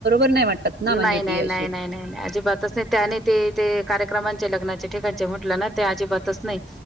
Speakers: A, on the right (about 60°); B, in the centre.
A: <inaudible>
B: नाही-नाही-नाही-नाही-नाही-नाही,
A: ती अशी.
B: अजिबातच नाही त्याने ते ते कार्यक्रमांचे लग्नाचे ठिकानचे मोट म्हटल ना ते अजिबातच नाही.